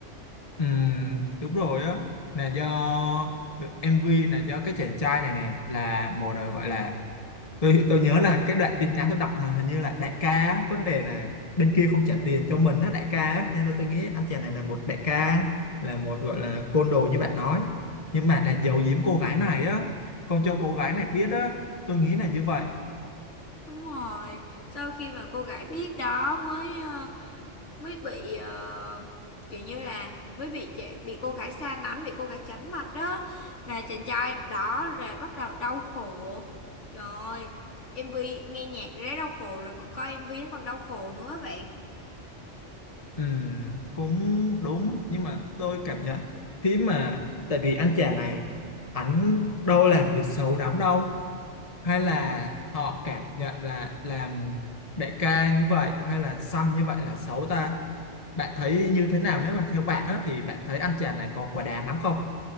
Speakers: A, on the left (about 30°); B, on the left (about 70°).
A: Ừm, đúng rồi á là do MV là do cái chàng trai này nè là một đời gọi là tôi tôi nhớ là cái đoạn tin nhắn tôi đọc mà hình như là đại ca á, có đề là bên kia không trả tiền cho mình á đại ca á. nên là tôi nghĩ anh chàng này là một đại ca là một gọi là côn đồ như bạn nói nhưng mà là giấu giếm cô gái này á không cho cô gái này biết á tôi nghĩ là như vậy
B: Đúng rồi, sau khi mà cô gái biết đó mới ờ, mới bị ờ, kiểu như là mới bị trẻ- bị cô gái xa lánh bị cô gái tránh mặt đó và chàng trai đó là bắt đầu đau khổ trời ơi MV nghe nhạc đã đau khổ rồi còn coi em nó còn đau khổ nữa bạn
A: Ừ, cũng đúng nhưng mà tôi cảm nhận khi mà tại vì anh chàng này ảnh đâu làm việc xấu lắm đâu hay là họ cảm nhận là làm đại ca như vậy hay là xăm như vậy là xấu ta bạn thấy như thế nào nếu mà theo bạn đó thì bạn thấy anh chàng này có quá đáng lắm không